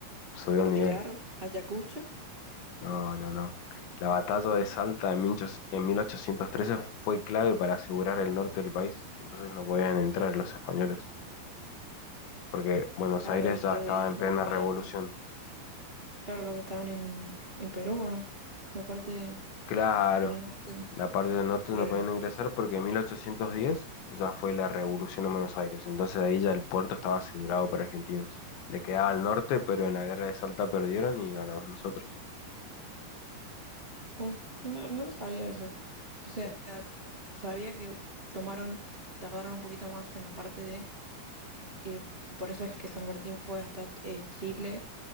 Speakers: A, on the left (about 75°); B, on the right (about 15°).
A: Subió
B: por
A: el nivel.
B: tirar a Ayacucho.
A: No, no, no. La batalla de Salta en 18- en 1813 fue clave para asegurar el norte del país, entonces no podían entrar los españoles, porque Buenos
B: Claro,
A: Aires ya
B: que,
A: estaba en
B: que lo
A: plena
B: que estaban
A: revolución.
B: en, claro, los que estaban en, en Perú, ¿o ¿no? La parte
A: Claro,
B: del norte,
A: La parte del norte
B: por
A: no
B: el
A: podían ingresar porque en 1810 ya fue la revolución en Buenos Aires, entonces de ahí ya el puerto estaba asegurado para argentinos. Le quedaba al norte, pero en la guerra de Salta perdieron y ganamos nosotros.
B: Uh, no, no lo sabía eso. O sea,
A: Sí,
B: sabía que tomaron, tardaron un poquito más en la parte de, eh, por eso es que San Martín fue hasta eh, Chile